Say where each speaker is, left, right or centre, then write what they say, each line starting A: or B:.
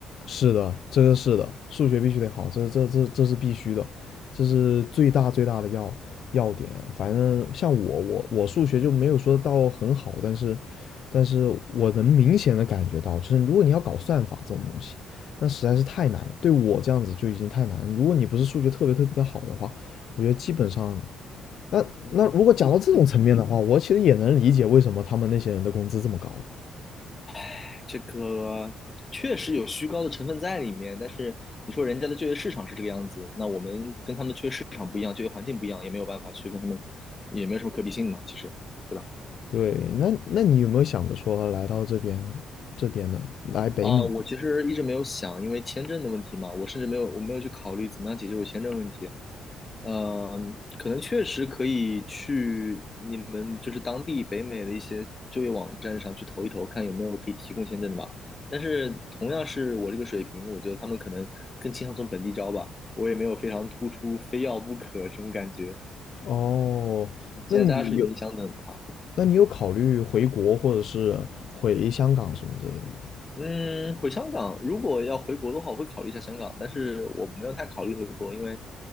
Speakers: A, on the left; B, on the left.
A: 是的，这个是的，数学必须得好，这这这这是必须的，这是最大最大的要要点。反正像我我我数学就没有说到很好，但是但是我能明显的感觉到，就是如果你要搞算法这种东西，那实在是太难了，对我这样子就已经太难了。如果你不是数学特别特别的好的话，我觉得基本上。那那如果讲到这种层面的话，
B: 嗯，
A: 我其实也能理解为什么他们那些人的工资这么高了。
B: 哎，这个确实有虚高的成分在里面，但是你说人家的就业市场是这个样子，那我们跟他们的就业市场不一样，就业环境不一样，也没有办法去跟他们，也没有什么可比性嘛，其实，对吧？
A: 对，那那你有没有想着说来到这边这边呢？来北美？
B: 啊，我其实一直没有想，因为签证的问题嘛，我甚至没有我没有去考虑怎么样解决我签证问题。嗯，可能确实可以去你们就是当地北美的一些就业网站上去投一投，看有没有可以提供签证的吧。但是同样是我这个水平，我觉得他们可能更倾向从本地招吧。我也没有非常突出，非要不可这种感觉。
A: 哦，
B: 既然大家水平相等。
A: 那你有
B: 的话。
A: 那你有考虑回国或者是回香港什么之类的吗？
B: 嗯，回香港，如果要回国的话，我会考虑一下香港，但是我没有太考虑回国，因为